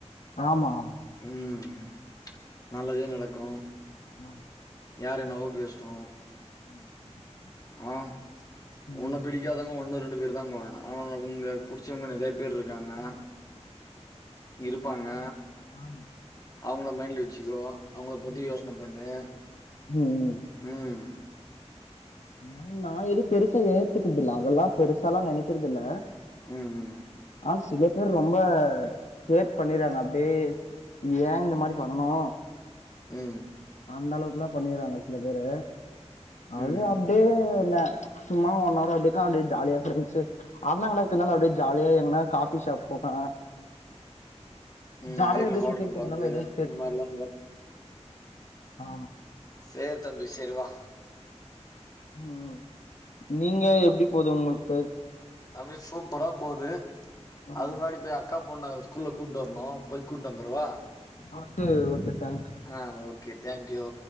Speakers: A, on the left; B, on the left.
A: ஆமா ஆமா
B: ம் ம் நல்லதே நடக்கு
A: ஆ
B: யார் என்னவோ பேசட்டு
A: ம்
B: ஆ ஒண்ணு
A: ம்.
B: பிடிக்காதவங்க ஒண்ணு ரெண்டு பேரு தாங்க வாாங்க ஆனா உங்க பிடிச்சவங்க நெறயா பேரு இருகாங்க
A: ஆமா.
B: இருப்பாங்க
A: நான் ஆமா.
B: அவங்கள மைண்ட்ல வச்சுக்கோ அவங்கள பத்தி
A: ம்,
B: யோசன பண்ணு
A: ம் ம்
B: ம்
A: ஆ நா எதுவு பெருசா ஏத்துக்குதில்ல அதெல்லா பெருசாலா நெனைக்கறதில்ல
B: ம் ம்
A: ஆ சில பேர் ரொம்ப ஹேர் பண்ணிறாங்க அப்டியே ஏ இந்த மாரி பண்ணனு
B: ம்
A: அந்த அளவுக்குலா பண்ணிறாங்க சில பேரு அது
B: ம்
A: அப்டியே என்ன சும்மா ஒன் அவர் அதுக்காண்டி ஜாலியா ப்ரெண்ட்ஸ்சு அண்ணங்களா இருந்தாலு அப்டியே ஜாலியா எங்கனா காபி ஷாப் போவே
B: ம்
A: ஜாலியா
B: நைட்ல
A: அப்டியே
B: ஹோட்ல
A: சுத்தின்னுக்கிறதுனால
B: போறது
A: எதுவு
B: இந்த மாரில
A: ஆ
B: சேரி தம்பி செரிவா
A: ம் நீங்க எப்டி போது உங்கள்க்கு
B: அப்டியே சூப்பரா போது
A: ம்
B: அது முன்னாடி போய் அக்காபொண்ண ஸ்கூல்ல கூட்டு வரணு போய் கூட்டு வந்தரவா
A: மட்டு ஓகே தேங்யூ
B: ஆ ஓகே தேங்க்யூ